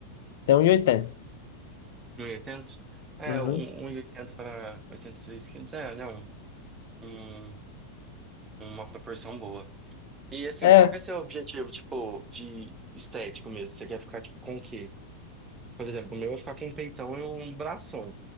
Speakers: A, on the left; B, on the right.
A: Tem 1,80.
B: 1,80? É,
A: Uhum.
B: um- 1,80 para 83 quilos. É, não. Um, um, uma proporção boa. E assim,
A: É,
B: qual que é seu objetivo, tipo, de estético mesmo? Você quer ficar tipo, com o quê? Por exemplo, o meu é ficar com um peitão e um bração.